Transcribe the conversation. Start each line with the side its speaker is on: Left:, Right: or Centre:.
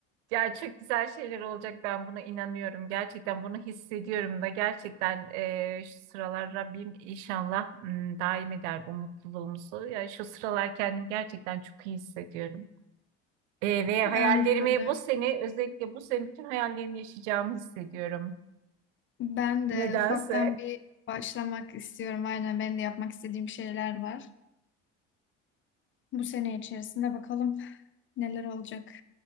Right: Ya çok güzel şeyler olacak ben buna inanıyorum. Gerçekten bunu hissediyorum da gerçekten e, şu sıralar Rabbim inşallah m, daim eder bu mutluluğumuzu. Ya şu sıralar kendimi gerçekten çok iyi hissediyorum. E, ve hayallerimi
Left: Ben de öyle.
Right: bu sene özellikle bu sene bütün hayallerimi yaşayacağımı hissediyorum.
Left: Ben
Right: Nedense.
Left: de ufaktan bir başlamak istiyorum. Aynen benim de yapmak istediğim şeyler var. Bu sene içerisinde bakalım neler olacak.